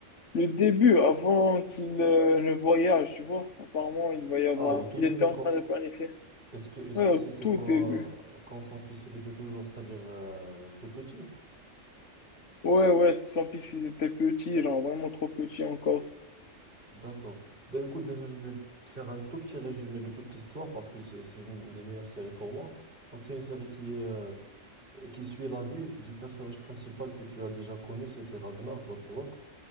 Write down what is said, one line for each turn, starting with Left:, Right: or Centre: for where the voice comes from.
Left: le début, avant qu'il euh, ne voyage, tu vois. Apparemment, il va y avoir,
Right: Ah, au tout
Left: il
Right: début,
Left: était en
Right: quand,
Left: train de planifier.
Right: est-ce que, est-ce
Left: Ouais,
Right: que
Left: au
Right: c'était
Left: tout
Right: quand,
Left: début.
Right: euh, quand son fils il était toujours, c'est-à-dire euh, tout petit?
Left: Ouais, ouais, sans piste, il était petit, genre vraiment trop petit encore.
Right: D'accord. Ben écoute, déjà, je vais te faire un tout petit résumé de toute l'histoire parce que c'est c'est une des meilleures séries pour moi. Donc, c'est une série qui est. euh, qui suit la vie du personnage principal que tu as déjà connu, c'était Ragnar Lothbrok.